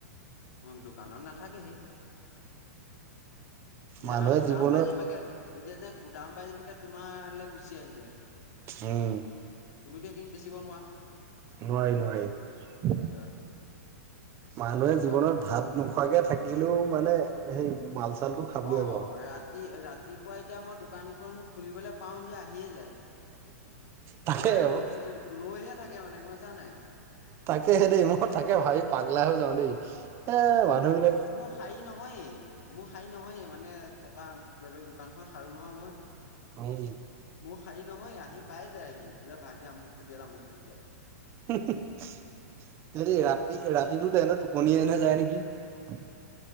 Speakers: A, on the left; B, on the right.
A: অহ দোকানত নাথাকে হে। এতিয়া
B: মানুহে
A: মানে গুদাম
B: জীৱনত
A: পাই যেনে বাকে। এতিয়া যে গুদাম বাই তোমালে গুচি আহিলে।
B: উম,
A: তুমিতো সেইখিনি বেচিব নোৱাৰা।
B: নোৱাৰি নোৱাৰি
A: সেইটোৱে কথা
B: মানুহে
A: এনেকুৱা
B: জীৱনত
A: হয়
B: ভাত নোখোৱাকে থাকিলেও মানে সেই মাল চাল টো খাবই
A: অ
B: বাও।
A: ৰাতি ৰাত ৰাতিপুৱা এতিয়া মই দোকানখন খুলিবলৈ পাওঁ সি আহিয়ে যায়।
B: তাকে
A: এ ৰহি ৰৈহে থাকে মানে গম পাইছা নাই।
B: তাকেহে দেই মই তাকে ভাবি পাগলা হৈ যাওঁ দেই এ মানুহবিলাক।
A: মোৰ শাৰী নহয়েই মোৰ শাৰী নহয়ে মানে পকা ব দোকান খন শাৰো নহয় মই।
B: উম।
A: মোৰ শাৰী নহয় আহি পাই যায় আহি বোলে ভাইটি আমুকটো দিয়া টামুকটো দিয়া।
B: হেৰি ৰাতি ৰাতিতো তেহেন্তৰ টোপনি এনে নাযায় নেকি।